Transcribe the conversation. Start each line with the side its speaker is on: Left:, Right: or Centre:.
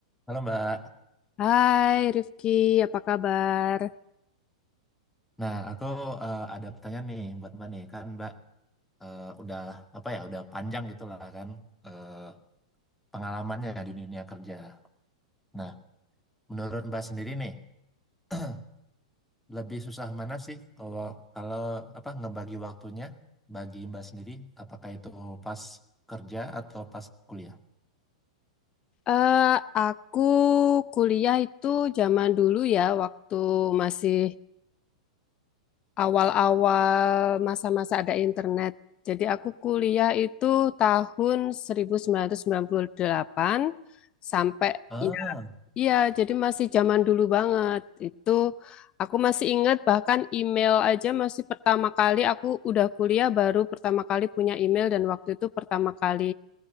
Centre: Halo Mbak.
Left: Hai Rifki, apa kabar?
Centre: Nah, aku eh, ada pertanyaan nih buat Mbak nih. Kan Mbak eh, udah apa ya, udah panjang gitu lah kan eh, pengalamannya di dunia kerja. Nah, menurut Mbak sendiri nih, <clears throat> lebih susah mana sih kalau kalau apa ngebagi waktunya bagi Mbak sendiri, apakah itu pas kerja atau pas kuliah?
Left: Eh, aku kuliah itu zaman dulu ya, waktu masih awal-awal masa-masa ada internet. Jadi aku kuliah itu tahun seribu sembilan sembilan ratus sembilan puluh delapan sampai
Centre: Ah,
Left: ya, iya, jadi masih zaman dulu banget. Itu aku masih ingat bahkan email aja masih pertama kali aku udah kuliah baru pertama kali punya email dan waktu itu pertama kali